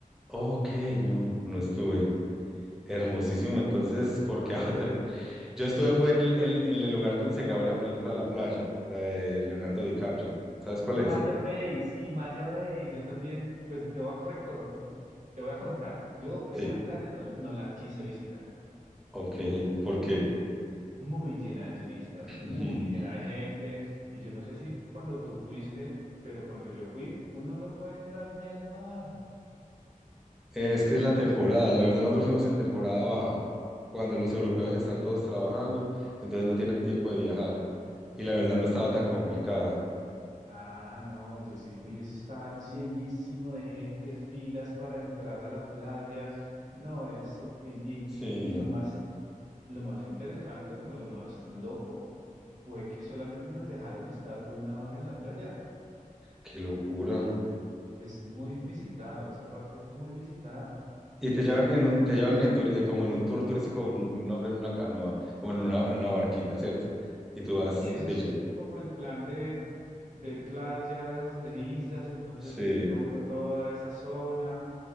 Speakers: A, in the centre; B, on the right.
A: Ok, no, no estuve. Hermosísimo. Entonces, porque qué <laughs> Avatar? es- Yo estuve fue en, en- en el lugar donde se grabó la película La Playa, la de Leonardo DiCaprio. ¿Sabes cuál
B: Maya
A: es?
B: Bay, sí, Maya Bay. Yo también, pues te voy a recor- te voy a contar. Yo esa
A: Sí.
B: playa no no la quise visitar.
A: Ok, ¿por qué?
B: muy llena de turistas,
A: <clears throat>
B: muy llena de gente. Y yo no sé si cuando tú fuiste, pero cuando yo fui, uno no puede entrar ni al mar.
A: Es que es la temporada, la verdad nosotros fuimos en temporada baja, cuando los europeos están todos trabajando, entonces no tienen tiempo de viajar. Y la verdad no estaba tan complicada.
B: Ah, no, yo sí fui, eso estaba llenísimo de gente, filas para entrar a la playa. No, eso, y,
A: Sí,
B: y, y, y lo más, lo más interesante o lo más loco fue que solamente nos dejaron estar una hora en la playa.
A: qué locura.
B: Es muy visitado, esa parte es muy visitada.
A: Y te llevan en un, te llevan en tur- eh, como en un tour turístico, un, un hombre en una canoa, como en una, en una barquita, ¿cierto? Y tú vas
B: Sí, eso
A: y te
B: es
A: llevas.
B: como el plan de, de playas, de islas, entonces
A: Sí,
B: visita uno toda esa zona.